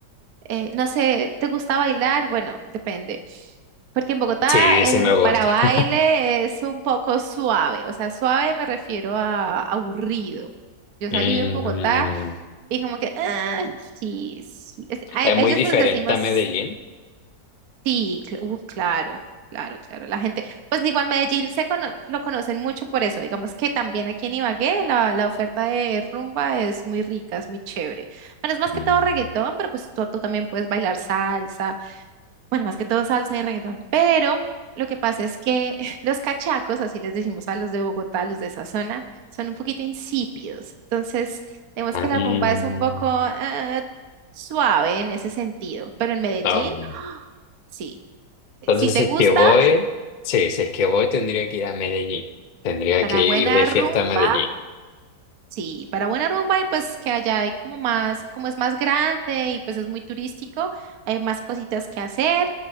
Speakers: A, on the right; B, on the left.
A: eh, no sé, ¿te gusta bailar? Bueno, depende. Porque en Bogotá,
B: Sí,
A: eh,
B: sí me gusta.
A: para baile
B: <laughs>
A: es un poco suave. O sea, suave me refiero a aburrido. Yo salí
B: Mm,
A: en Bogotá y como que, ah, sí, sí. Es- a-
B: es
A: ellos
B: muy diferente
A: les decimos
B: a Medellín.
A: Sí, cl- uh, claro, claro, claro. La gente, pues igual Medellín se cono- lo conocen mucho por eso. Digamos que también aquí en Ibagué la, la oferta de rumba es muy rica, es muy chévere. Bueno, es más
B: Mm.
A: que todo reggaetón, pero pues tú, tú también puedes bailar salsa. Bueno, más que todo salsa y reggaetón. Pero lo que pasa es que <laughs> los cachacos, así les decimos a los de Bogotá, a los de esa zona, son un poquito insípidos. Entonces, digamos
B: Ah,
A: que la
B: mm.
A: rumba es un poco eh, suave en ese sentido. Pero en Medellín,
B: Ah,
A: sí eh,
B: Entonces,
A: Si te
B: si
A: gusta,
B: es que voy, sí, si es que voy, tendría que ir a Medellín. Tendría
A: para
B: que ir
A: buena
B: de fiesta
A: rumba,
B: a Medellín.
A: sí, para buena rumba y pues que allá hay como más, como es más grande y pues es muy turístico, hay más cositas que hacer.